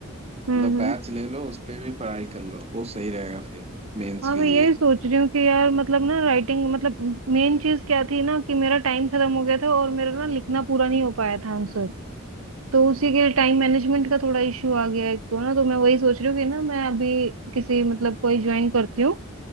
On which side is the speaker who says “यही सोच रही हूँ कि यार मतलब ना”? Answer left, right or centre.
Right